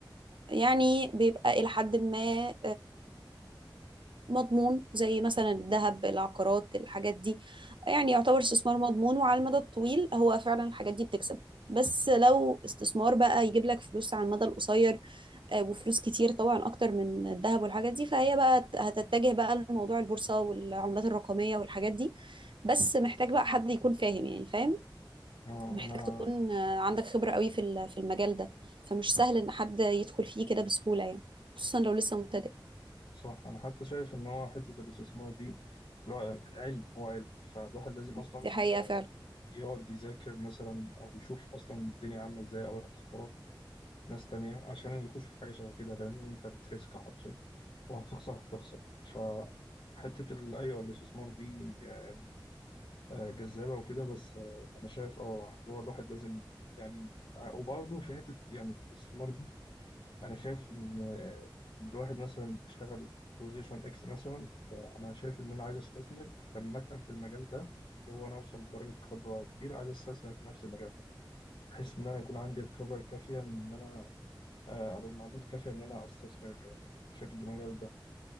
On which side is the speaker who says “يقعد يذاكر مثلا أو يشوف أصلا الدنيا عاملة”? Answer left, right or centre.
Left